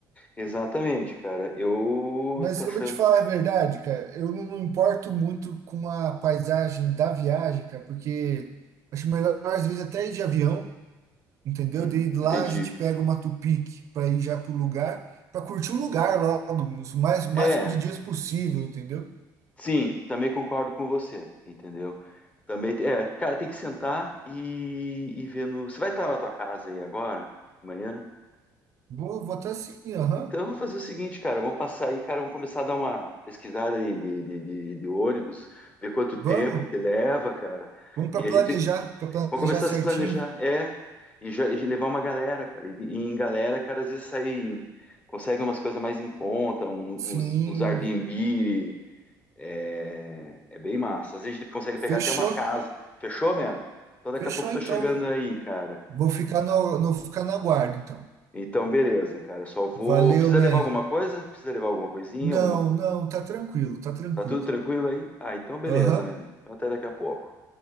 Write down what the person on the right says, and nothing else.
Mas
eu vou te falar a verdade, cara. Eu não me importo muito com a paisagem da viagem, cara, porque acho melhor às vezes até ir de avião, entendeu?
Daí de lá
a gente pega uma Tupic para ir já pro lugar, para curtir o lugar logo, o mais, o
máximo de dias possível, entendeu?
Vou votar sim, aham.
Vamos,
vamos para
planejar,
para
planejar
certinho.
Sim.
Fechou?
Fechou
então.
Vou ficar no, no- ficar na guarda então.
Valeu,
man.
Não,
não, tá tranquilo, tá tranquilo.
Aham.